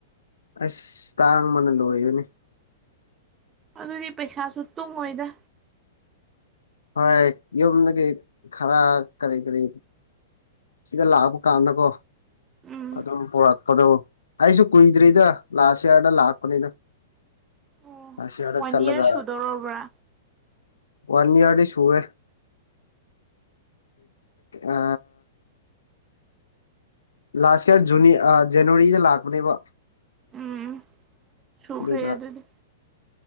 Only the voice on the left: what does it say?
ꯑꯁ ꯇꯥꯡ ꯑꯃꯅ ꯂꯣꯏꯔꯨꯅꯦ
ꯍꯣꯏ ꯌꯨꯝꯗꯒꯤ ꯈꯔ ꯀꯔꯤ ꯀꯔꯤ ꯁꯤꯗ ꯂꯥꯛꯄ ꯀꯥꯟꯗꯀꯣ
ꯑꯗꯨꯝ ꯄꯔꯛꯄꯗꯣ ꯑꯩꯁꯨ ꯀꯨꯏꯗ꯭ꯔꯤꯗ ꯂꯥꯁ ꯏꯌꯥꯔꯗ ꯂꯥꯛꯄꯅꯤꯅ
ꯑꯁꯤ ꯌꯥꯔꯒ
ꯆꯜꯂꯒ
ꯋꯥꯟ ꯏꯌꯥꯔꯗꯤ ꯁꯨꯦ ꯑ ꯂꯥꯁ ꯏꯌꯥꯔ ꯖꯨꯅꯤ ꯖꯅꯋꯥꯔꯤꯗ ꯂꯥꯛꯄꯅꯦꯕ
ꯑꯗꯨꯒ